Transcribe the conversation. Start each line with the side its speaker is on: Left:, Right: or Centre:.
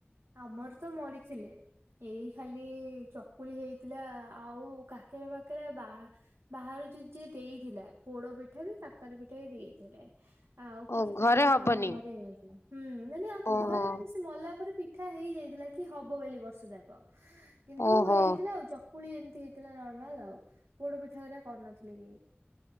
Right: ଆମର ତ ମରିଥିଲେ। ଏଇ ଖାଲି ଚକୁଳି ହେଇଥିଲା ଆଉ କାକେରା ପାଖେରା ବା ବାହାରୁ ଯିଦି ଯିଏ ଦେଇଥିଲା ପୋଡ ପିଠା ବି କାକର ପିଠା ବି ଦେଇଥିଲେ। ଆଉ
Left: ଓ
Right: କିଛି ପିଠା
Left: ଘରେ
Right: ପିଠା
Left: ହବନି
Right: ଆମ ଘରେ ହେଇନଥିଲା ହୁଁ ମାନେ ଆମ
Left: ଓହୋ
Right: ଘରେ ମାନେ ସେ ମଲା ପରେ ପିଠ ପିଠା ହେଇଯାଇଥିଲା କି ହବ ବୋଲି ବର୍ଷ ଯାକ କିନ୍ତୁ
Left: ଓହୋ
Right: ହେଇଥିଲା ଚ କୁଳି ଏମିତି ହେଇଥିଲା ନର୍ମାଲ ଆଉ ପୋଡ ପିଠାରା କରିନଥିଲେ କେହି।